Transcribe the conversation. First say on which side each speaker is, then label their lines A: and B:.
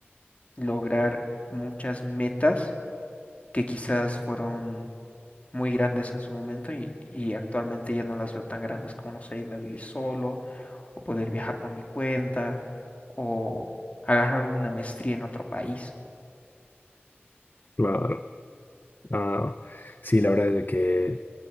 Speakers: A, on the left; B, on the left.
A: lograr muchas metas que quizás fueron muy grandes en su momento y, y actualmente ya no las veo tan grandes como, no sé, irme a vivir solo o poder viajar por mi cuenta o agarrar una maestría en otro país.
B: Claro. Ah, sí, la verdad es de que